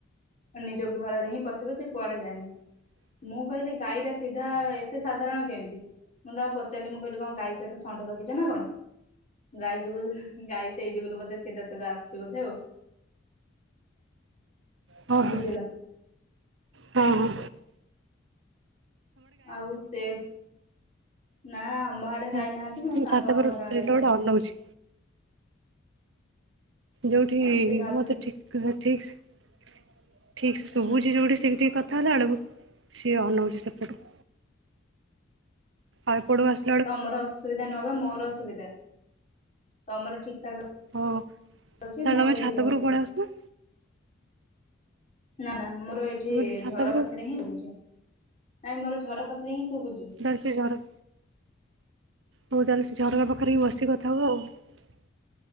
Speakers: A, on the left; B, on the right.
A: ନିଜ ଗୁହାଳରେ ହିଁ ପଶିବ ସେ କୁଆଡେ ଯାଏନି ମୁଁ କହିଲି ଗଈଟା ସିଧା ଏତେ ସାଧାରଣ କେମିତି? ମୁଁ ତଉ ପଚାରିଲି ମୁଁ କହିଲି କଣ ଗାଈ ସହିତ ଷଣ୍ଢ ରଖିଛ ନା କଣ ଗଈ ସବୁ ଗାଈ ସେଇ ଯୁଗରୁ ବୋଧେ ସିଧାସିଧା ଆସ ବୋଧେଉ
B: ହଁ ହୋ
A: ବୁଝିଲ
B: ହଁ ହୋ
A: ଆଉ ସେ ନା ଆମ
B: ଆଚ୍ଛା
A: ଆଡେ ଗାଇନାହାନ୍ତି ମୋ
B: ମୁଁ
A: ସାଙ୍ଗ
B: ଛାତ ଉପରେ ଗୋଟେ
A: ଘର
B: ସ୍ତ୍ରୀ
A: ଆଡେ
B: ଲୋକଟା
A: ଗାଇ ଅଛୁ।
B: ଅନଉଛି। ଯୋଉଠି
A: ହଁ ସେ ଭାବୁଛି
B: ମତେ ଠିକ ଠିକ ସେ ଠିକ ସେ ଶୁଭୁଛି ଯୋଉଠି ସେି ଟିକେ କଥା ହେଲା ବେଳକୁ ସିଏ ଅନଉଛି ସେପଟୁ। ଆଉ ପଡ଼ୁ ଆସୁ
A: ତମର ଅସୁବିଧା ନୁହ ବା ମୋର ଅସୁବିଧା ତମର ଠିକ ଠାକ
B: ହଉ ତାହେଲେ
A: ଅଛି ମୋର
B: ତମେ
A: ଏଠି
B: ଛାତ
A: ଭଲସେ
B: ଉପୁରକୁ ପଳେଇ ଆସ ନା।
A: ନା ନା ମୋର ଏଇଠି
B: ତମେ ଛାତ
A: ଝର
B: ଉପରକୁ
A: ପାଖରେ ହିଁ ଶୁଭୁଛି ନାଇଁ ମୋର ଝର ପାଖରେ ହିଁ ଶୁଭୁଛି।
B: ଦରଶ ଜର ହଉ ତାହେଲେ ସେ ଝରକା ପାଖରେ ବିି ବସିକ କଥା ହବ ଆଉ।